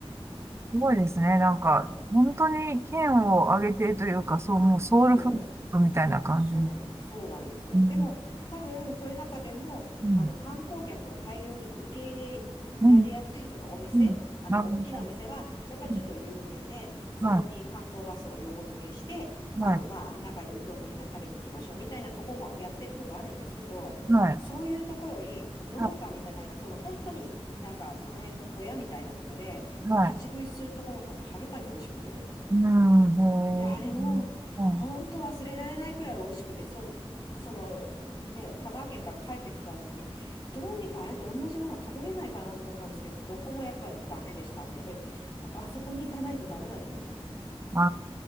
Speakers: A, on the right (about 25°); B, on the left (about 50°).
A: すごいですね。なんか、本当に県を挙げてというか、そう、もうソウルフードみたいな感じ。
B: そう。そう、
A: うん。
B: そうなんですよ。
A: う
B: でも、多分、そういう中でも、
A: ん。
B: あの、観光客を大量に受け入れられやすい、
A: うん。
B: そのお店、
A: うん。
B: あの、
A: なるほど。
B: 大きなお店は、やっぱちょっと有名で、
A: うん
B: そこに観光バスを横付けして、
A: は
B: あの、
A: い。はい。
B: まあ、中でうどんみんな食べに行きましょう、みたいなとこもやってるとこあるんですけど、
A: はい。
B: そういうとこより、農家みたいな、
A: は
B: その本当にい、なんか、その辺の小屋みたいなとこで、
A: い。はい。
B: 立ち食いするとこの方がはるかに美味しくて、
A: うん。
B: いや、
A: へえ。
B: あれも、
A: うん。
B: 本当忘れられないくらい美味しくて、その、その、ね、香川県から帰ってきた後に、どうにかあれと同じもの食べれないかなと思ったんですけど、どこもやっぱダメでしたね。<laughs> やっぱあそこに行かないとダメだと思います。
A: あ